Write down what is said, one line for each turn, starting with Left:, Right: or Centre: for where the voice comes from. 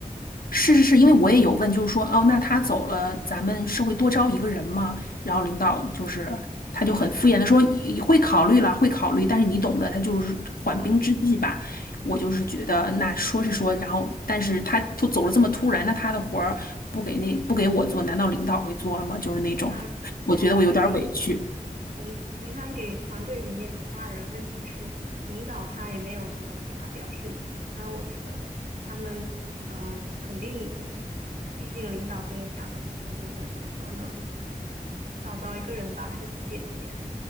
Left: 是是是，因为我也有问，就是说，哦，那他走了，咱们是会多招一个人吗？然后领导就是他就很敷衍的说，
Right: 嗯
Left: 也会考虑了，会考虑，但是你懂的，他就是缓兵之计吧。
Right: 嗯，
Left: 我就是觉得，那说是说，然后，但是他突走了这么突然，那他的活儿不给那不给我做，难道领导会做了吗？就是那种，
Right: 那对啊，
Left: 我觉得我有点儿委屈。
Right: 那肯定是平平摊给团队里面其他人。问题是领导他也没有什么其他表示一下，虽然我觉得他们嗯、呃肯定，毕竟领导心里想的肯定就是怎么说呢？少招一个人吧，就省点钱。